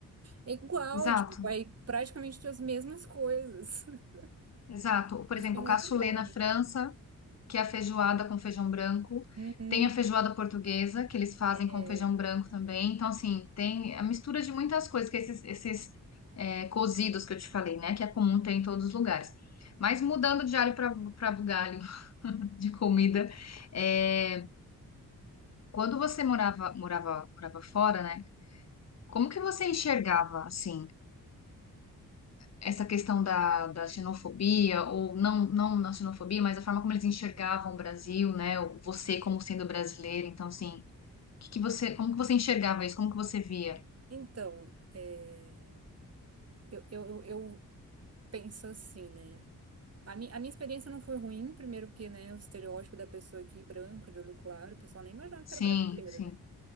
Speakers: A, on the right; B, on the left.
A: É igual,
B: Exato,
A: tipo, vai praticamente ter as mesmas coisas. <laughs>
B: exato. Por
A: Mas
B: exemplo,
A: tinha um
B: o cassoulet
A: outro nome.
B: na França que é a feijoada com feijão branco.
A: Uhum.
B: Tem a feijoada portuguesa, que eles fazem
A: É,
B: com feijão branco também. Então, assim, tem a mistura de muitas coisas, que é esses, esses é, cozidos que eu te falei, né? Que é comum ter em todos os lugares. Mas mudando de alho para para bugalho <laughs> de comida, é, quando você morava, morava, morava fora, né? Como que você enxergava, assim, essa questão da, da xenofobia, ou não, não na xenofobia, mas a forma como eles enxergavam o Brasil, né? ou Você como sendo brasileiro. Então, assim, que que você, como que você enxergava isso? Como que você via?
A: Então, eh, eu, eu, eu eu penso assim, né? A, mi- a minha experiência não foi ruim, primeiro porque, né, o estereótipo da pessoa aqui branca, de olho claro, o pessoal nem imaginava
B: Sim,
A: que era brasileira,
B: sim.
A: né?